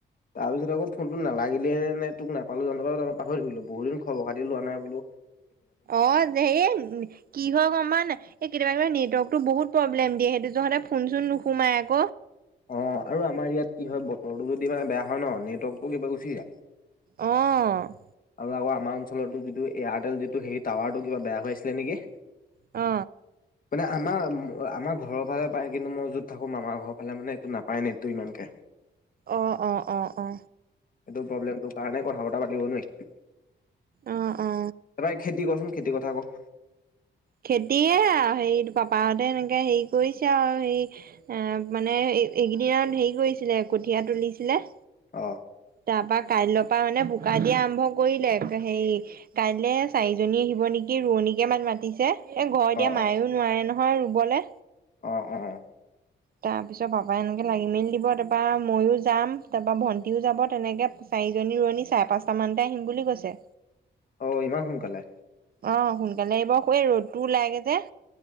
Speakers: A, on the left; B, on the right.
A: তাৰপিছত আকৌ ফোনটো নালাগিলে নে তোক নাপালোঁ জানোপাই পাহৰি থাকিলোঁ বহুত দিন খাতিও লোৱা নাই বোলোঁ,
B: অ সেই কি হয় গম পাওঁ নাই এই কেতিয়াবা কেতিয়াবা নেটৱৰ্কতো বহুত প্ৰব্লেম দিয়ে সেইটো হওঁতে ফোন চোন নোসোমাই আক,
A: অ আৰু আমাৰ ইয়াত কি হয় বতৰটো যদি মানে বেয়া হয় ন নেটৱৰ্কতটো কিবা গুচি যায়,
B: অঁ।
A: আৰু আকৌ আমাৰ অঞ্চলতো যিটো এয়াৰটেল যিটো সেই টাৱাৰটো কিবা বেয়া হৈ আছিলে নেকি?
B: অ।
A: <inaudible> মানে আমাৰ আমাৰ ঘৰৰ ফালে পায় কিন্তু মই য'ত থাকো মামাৰ ঘৰৰ ফালে মানে এইটো নাপায় নেটটো ইমানকে।
B: অ অ অ অ।
A: এইটো প্ৰব্লেমটো কাৰণে কথা - বতা পাতিব নুৱাই।
B: অ অ
A: তাৰপৰা খেতি কৰচোন খেতিৰ কথা ক?
B: খেতিয়ে আৰু হেৰি পাপাহঁতে এনেকে হেৰি কৰিছে আৰু হেৰি এ মানে এই এইকেইদিনত হেৰি কৰিছিলে কঠিয়া তুলিছিলে।
A: অ।
B: তাৰ পৰা কাইলৈৰ পৰা মানে বোকা দিয়া আৰম্ভ কৰিলে হেৰি কাইলে চাৰিজনী আহিব নেকি ৰোৱনীকে মান মাতিছে। এ ঘৰত এতিয়া
A: অ
B: মায়ও নোৱাৰে নহয় ৰুবলে?
A: অ অ। অ
B: তাৰ পিছত পাপাই এনেকে লাগি মেলি দিব তাৰপা মইও যাম তাৰপা ভণ্টিও যাব তেনেকে পাছ চাৰিজনী ৰোৱণী চাৰে পাঁচটামানতে আহিম বুলি কৈছে।
A: অ ইমান সোনকালে?
B: অ সোনকালে আহিব হু এই ৰ'দটো ওলাইগে যে?